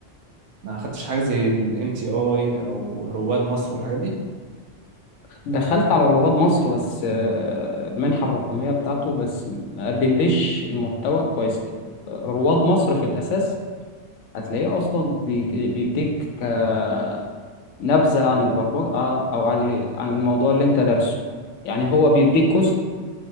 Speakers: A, on the right; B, on the left.
A: ما خدتش حاجه زي الان تي اي او رواد مصر والحاجات دي
B: دخلت على رواد مصر بس آه المنحه الرقميه بتاعته بس ما قدمليش المحتوى كويس رواد مصر في الاساس هتلاقيه اصلا بي- بيديك آه نبذه عن البرمجه آه، او عن عن الموضوع اللي انت دارسه يعني هو بيديك جزء